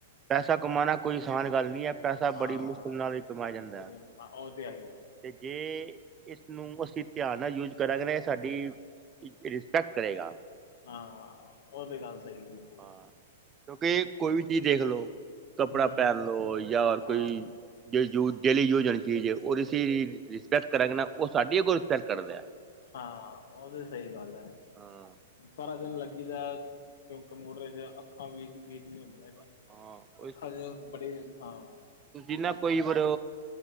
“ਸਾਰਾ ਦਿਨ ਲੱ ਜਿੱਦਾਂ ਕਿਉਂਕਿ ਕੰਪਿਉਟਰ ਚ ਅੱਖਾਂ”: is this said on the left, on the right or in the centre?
Left